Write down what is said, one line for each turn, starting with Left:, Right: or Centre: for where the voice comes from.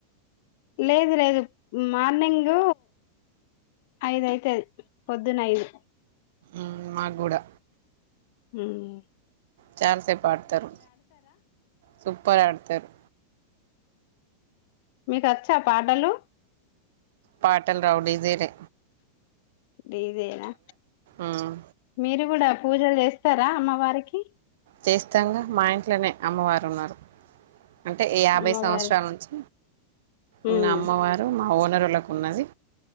Left: లేదు లేదు మార్నింగ్ ఐదు అయితది పొద్దున ఐదు
Right: ఉమ్ మాక్ గూడా
Left: ఉమ్
Right: చాల్సేపు పడ్తారు సూపర్ ఆడతారు
Left: మీకొచ్చా పాటలు
Right: పాటల్ రావు డిజైనే
Left: డిజెనా
Right: ఉమ్
Left: మీరు గుడా పూజల్ చేస్తారా అమ్మ వారికి
Right: చేస్తంగా మా ఇంట్లనే అమ్మవారు ఉన్నారు అంటె యాభై
Left: అమ్మవారి
Right: సంవత్సరాల నుంచి ఉన్న
Left: ఉమ్
Right: అమ్మవారు మా మా ఓనరోళ్లకున్నది